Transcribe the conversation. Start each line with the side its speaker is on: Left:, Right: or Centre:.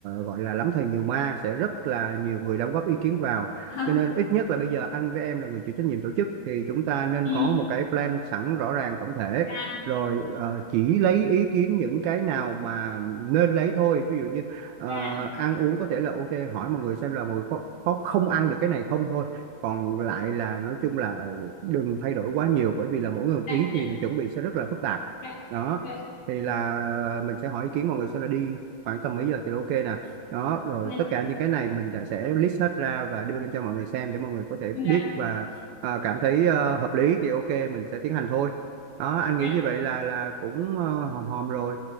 Right: gọi là lắm thầy nhiều ma sẽ rất là nhiều người đóng góp ý kiến vào
Left: Ờ,
Right: cho nên ít nhất là bây giờ anh với em là người chịu trách nhiệm tổ chức thì chúng ta nên
Left: Ừ.
Right: có một cái plan sẵn rõ ràng tổng thể
Left: Dạ,
Right: rồi ờ, chỉ lấy ý kiến những cái nào mà nên lấy thôi ví dụ như ờ,
Left: dạ,
Right: ăn uống có thể là ok hỏi mọi người xem là mọi người có có không ăn được cái này không thôi còn lại là nói chung là đừng thay đổi quá nhiều bởi vì là mỗi người một
Left: dạ,
Right: ý
Left: dạ,
Right: thì chuẩn bị sẽ rất là phức tạp
Left: dạ,
Right: đó
Left: dạ,
Right: thì là mình sẽ hỏi ý kiến mọi người xem là đi khoảng tầm mấy giờ thì ok nè đó rồi
Left: dạ,
Right: tất cả những cái này mình đã sẽ list hết ra và đưa lên cho mọi người xem để mọi người có thể
Left: dạ,
Right: biết và à, cảm thấy ờ, hợp lý thì ok mình sẽ tiến hành thôi đó anh
Left: dạ,
Right: nghĩ như vậy là là cũng ờ, hòm hòm rồi